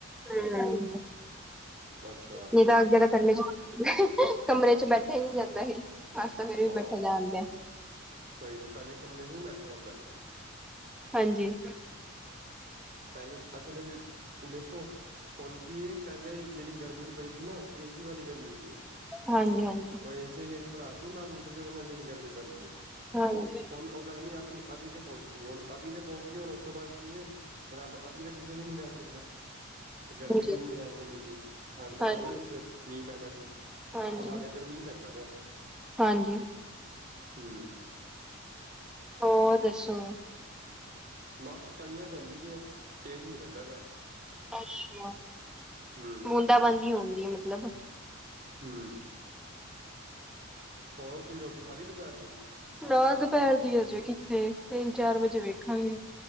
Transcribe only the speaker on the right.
ਅੱਛਾ
ਹਾਂ
ਸਹੀ 'ਚ, ਪਹਿਲੇ ਕਮਰੇ ਚ ਨਹੀ ਬੈਠਿਆ ਜਾਂਦਾ ਸੀ।
ਪਹਿਲੇ ਅਸਲ 'ਚ ਵੇਖੋ- ਹੁਣ ਕੀ ਇਹ ਪਹਿਲੇ ਜਿਹੜੀ ਗਰਮੀ ਪਈ ਸੀ ਨਾ, ਏ ਸੀ ਵਾਲੀ ਗਰਮੀ ਸੀ ਉਹ-
ਉਹ ਏ ਸੀ ਜਿਹੜੀ ਪੜਾਸ ਨੀ ਬਾਹਰ ਨਿਕਲਦੀ, ਉਹਦੇ ਨਾਲ ਜਿਹੜੀ ਗਰਮੀ ਪੈਂਦੀ
ਹੁਣ ਉਹ ਗਰਮੀ ਆਪਣੀ ਅਤੀ ਤੇ ਪਹੁੰਚ ਗਈ, ਹੁਣ ਅਤੀ ਤੇ ਪਹੁੰਚ ਗਈ ਹੁਣ ਉਸ ਤੋਂ ਬਾਅਦ ਕੀ ਹੈ। ਰੱਬ, ਅਤੀ ਤਾਂ ਕਿਸੇ ਦੀ ਨੀ ਰੈਣ ਦਿੰਦਾ। ਤੇ ਗਰਮੀ
ਦੀ ਵੀ ਨ ਰਹਿਣ ਦੇਣੀ ਸੀ, ਠੰਡ ਤਾਂ
ਪੈਣੀ ਸੀ ਫਿਰ ਮੀਂਹ ਪੈਣਾ ਸੀ।
ਹੁਣ ਸਾਡੇ
ਇੱਧਰ ਮੀਂਹ ਪੈਂਦਾ ਪਿਆ।
ਹਮ।
ਬਸ ਕਣੀਆਂ ਪੈਂਦੀ ਪਈਆਂ, ਤੇਜ਼ ਨਹੀਂ ਪੈਂਦਾ ਪਿਆ।
ਹਮ।
ਹਮ। ਹੋਰ ਤੁਸੀਂ ਰੋਟੀ ਖਾਲੀ ਦੁਪਹਿਰ ਦੀ?